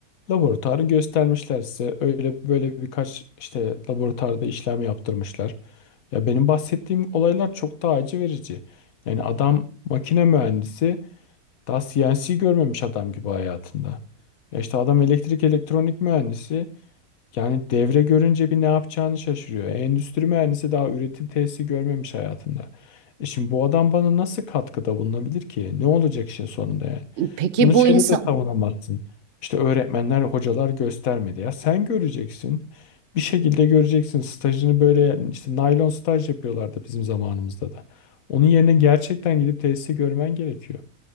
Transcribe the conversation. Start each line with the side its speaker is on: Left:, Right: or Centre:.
Left: Laboratuvarı göstermişler size. Öyle böyle birkaç işte laboratuvarda işlem yaptırmışlar. Ya benim bahsettiğim olaylar çok daha acı verici. Yani adam makine mühendisi daha CNC görmemiş adam gibi hayatında. Ya işte adam elektrik elektronik mühendisi yani devre görünce bir ne yapacağını şaşırıyor. E, Endüstri mühendisi daha üretim tesisi görmemiş hayatında. E şimdi bu adam bana nasıl katkıda bulunabilir ki? Ne olacak işin sonunda yani?
Right: Peki
Left: Bunu
Right: bu
Left: şeyle
Right: insan
Left: de savunamazsın. İşte öğretmenler, hocalar göstermedi. Ya sen göreceksin. Bir şekilde göreceksin. Stajını böyle işte naylon staj yapıyorlardı bizim zamanımızda da. Onun yerine gerçekten gidip tesisi görmen gerekiyor.